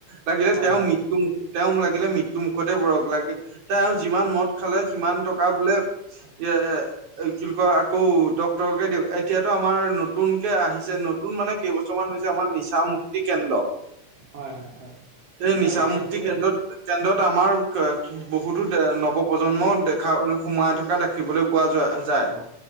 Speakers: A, on the right (about 85°); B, on the right (about 55°).
A: লাগিলে
B: হয়
A: তেওঁৰ
B: হয়
A: মৃত্যু মু তেওঁ লাগিলে মৃ টু মুখতে পৰক লাগে তেওঁ যিমান মদ খালে সিমান টকা বোলে এ কি বুলি কয় আকৌ ডক্তৰকে দিয়ক এতিয়াতো আমাৰ নতুনকে আহিছে নতু তুন মানে কেইবছৰমান হৈছে আমাৰ নিচা মুক্তি কেন্দ্ৰ
B: হয় হয় হয়
A: এই
B: হয়
A: নিচা
B: এতিয়া
A: মুুক্তি
B: সেইটোৱে
A: কেন্দ্ৰত কেন্দ্ৰত আমাৰ এ বহুতো এ নৱ প্ৰজন্মও দেখা সোমাই থকা দেখিবলে পোৱা যোৱা যায়।
B: হয়।